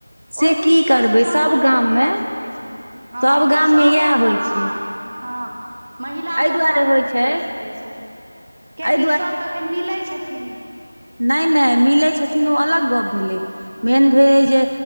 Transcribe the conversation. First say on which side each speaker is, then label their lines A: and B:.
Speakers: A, on the right; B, on the right.
A: से
B: ओइ बीचमे
A: की करबै
B: ओसभ शान्त
A: सब
B: रहिए
A: गाम मे
B: नय सकैत छैथ हँ
A: सब गाम
B: ईसभ
A: मे इएह
B: ओतऽ
A: होइ
B: हँ
A: छै
B: हँ महिला
A: एहि
B: सब
A: दुआरे
B: शान्त
A: होइ
B: नय
A: छै
B: रेह सकैत छैथ कियकि
A: एहि
B: सब तखन मिल लए छथिन
A: नय नय मिले छथिन ओ अलग गप्प भेलै मेन भेलै जे